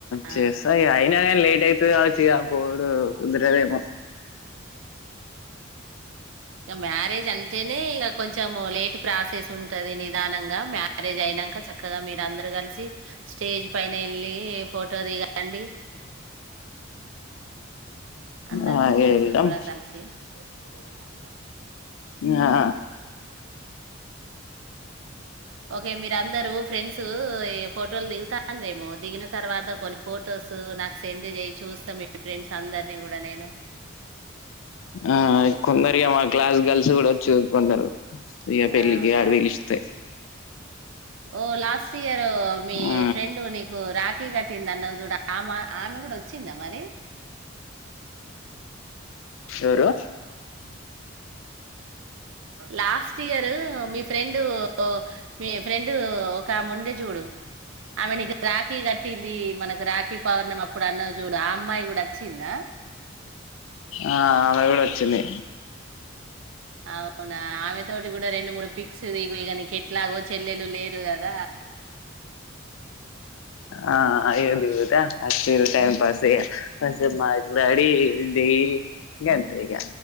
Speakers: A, on the left (about 80°); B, on the right (about 75°).
A: చేస్తా
B: ఆ
A: ఇగ అయిన ఆ లేట్ అయితది కావచ్చు ఇగ పోడు కుదరదేమ
B: ఇక మ్యారేజ్ జ్ అంటేనే ఇక కొంచెం లేట్ ప్రాసెస్ ఉంటది నిదానంగా మ్యారేజ్ అయినాక చక్కగా మీరందరూ కలిసి స్టేజ్ పైనే వెళ్ళి ఫోటో దిగండి అందరు
A: ఆ
B: ఫ్రెండ్స్
A: ఎల్దాం
B: కూడా కలిసి <unintelligible>
A: ఆ
B: ఓకే మీరు అందరుూ ఫ్రెండ్స్ ఈ ఫోటోలు దిగుతా ేమో దిగిన తర్వాత కొన్ని ఫొటోస్ నాకు సెండ్ చేయ చూస్తాం మీ ఫ్రెండ్స్ అందరిని కూడా నేను
A: ఆ కొందరిగా మా క్లాస్ గర్ల్స్ కూడా చదువుకున్నారు అ పెళ్ళికి
B: అవునా
A: అడ పిలిస్తే
B: ఓ లాస్ట్ ఇయర్ మీ
A: ఆ
B: ఫ్రెండ్ రా కటింద అన్న ఆమె కూడా వచ్చింద మరి
A: ఎవరు
B: లాస్ట్ ఇయర్ మీ ఫ్రెండు మీ ఫ్రెండు ఒక ఆమె ఉంది చూడు ఆమె నీకు రాఖీ కట్టింది మనకు రాఖీ పవర్ణం అప్పుడు అన్న చూడు ఆ అమ్మాయి కూడా వచ్చిందా
A: ఆ ఆమె కూడా వచ్చింది
B: అవునా ఆమె తోటి కూడా రెండు మూడు పిక్స్ దిగు ఇంకా నీకు ఎట్లాగో చెల్లెలు లేరు కదా
A: ఆ ఆ ఇగ దిగుత టై పాస్ ప మాట్లాడి దయి గంతె ఇగ